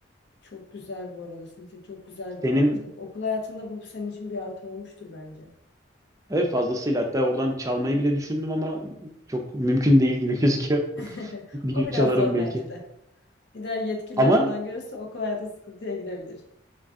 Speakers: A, on the left; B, on the right.
A: çok güzel bu arada Sinsi. Çok güzel bir
B: Senin
A: artı. Okul hayatında bu senin için bir artı olmuştur bence.
B: evet fazlasıyla hatta oradan çalmayı bile düşündüm ama çok mümkün değil gibi gözüküyor.
A: <laughs>
B: <laughs> Bir
A: O
B: gün
A: biraz
B: çalarım
A: zor
B: belki.
A: bence de. Gider yetkililer
B: Ama
A: falan görürse okul hayatı sıkıntıya girebilir.